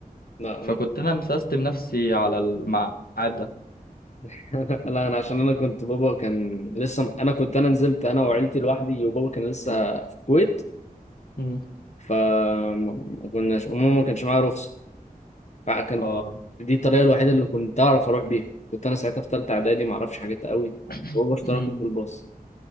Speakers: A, on the left; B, on the left.
A: لا
B: فكنت
A: انا
B: انا مسستم نفسي على الميعاد ده
A: <laughs> لا انا عشان انا كنت بابا كان لسه انا كنت انا نزلت انا وعيلتي لوحدي وبابا كان لسه في الكويت
B: مم.
A: فما كناش وماما ما كانش معايا رخصه فكانت
B: اه
A: دي الطريقه الوحيده اللي كنت اعرف اروح بيها كنت انا ساعتها في ثالثه اعدادي ما اعرفش حاجات قوي
B: <coughs>
A: وهو اشتركني
B: مم.
A: في الباص